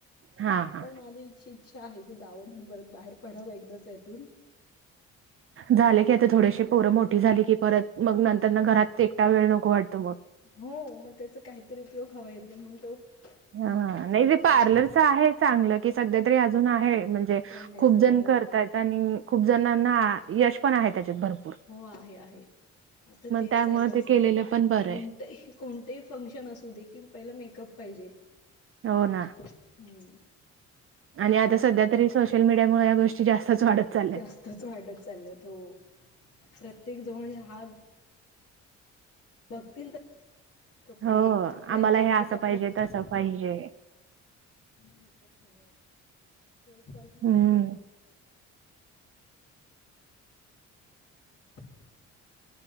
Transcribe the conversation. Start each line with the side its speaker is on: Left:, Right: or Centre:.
Right: हां.
Left: पण माझी अशी इच्छा आहे की, जावं म्हणून परत बाहेर पडावं एकदाच यातून- हम्
Right: झाले की आता. थोडेशे पोरं मोठी झाली की परत, मग नंतर ना घरात एकटा वेळ नको वाटतो मग.
Left: हो. मग त्याचा काहीतरी उपयोग हवा <unintelligible> तो-
Right: हा.
Left: आहे काहीतरी
Right: नाही
Left: विचार
Right: तेे पार्लरच आहे चांगलं की सध्या तरी अजून आहे म्हणजे-
Left: ट्रेंडए सगळ हो.
Right: करता येत आणि खूप जणांना यश पण आहे त्याच्यात भरप-
Left: हो. आहे आहे. आता तेच
Right: त्यामुळे
Left: आहे जास्त.
Right: ते केलेलं पण बरं
Left: कोणतही-
Right: आहे
Left: कोणतही फंक्शन असू दे कि पहिला मेकअप पाहिजे.
Right: हो ना.
Left: हम्म.
Right: आणि आता
Left: काही
Right: सध्या
Left: अस
Right: तरी सोशल मीडियामुळे या गोष्टी जास्तच वाढत- चालल्यात.
Left: जास्तच वाढत चालल्यात. हो. प्रत्येकजण आणि हा- बघतील तर- कपडे.
Right: हो
Left: कपड्यांच्या
Right: आम्हाला हे
Left: म्हणजे
Right: असं
Left: कपड्यां
Right: पाहिजे
Left: <inaudible>
Right: तसं पाहिजे
Left: मेकअप हवंय. हेयर स्टाईल पण तशीच
Right: हम्म
Left: <unintelligible> <unintelligible>